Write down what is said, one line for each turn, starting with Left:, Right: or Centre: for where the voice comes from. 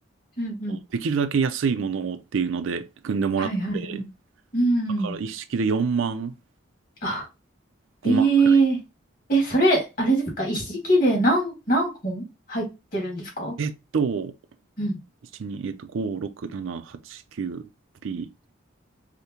Left: うん、うん。
Right: できるだけ安いものをっていうので組んでもらって、
Left: はいはいはい。うん。
Right: だから一式で4万、
Left: あ、
Right: 5万ぐらい。
Left: えええ、それ、あれですか一式で何、何本入ってるんですか
Right: えっと、
Left: うん。
Right: 1、2、えっと、5、6、7、8、9、B、